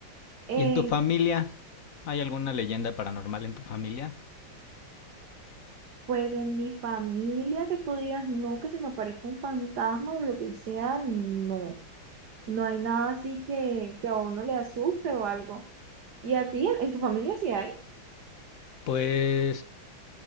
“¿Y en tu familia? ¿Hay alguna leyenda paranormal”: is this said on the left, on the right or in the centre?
Left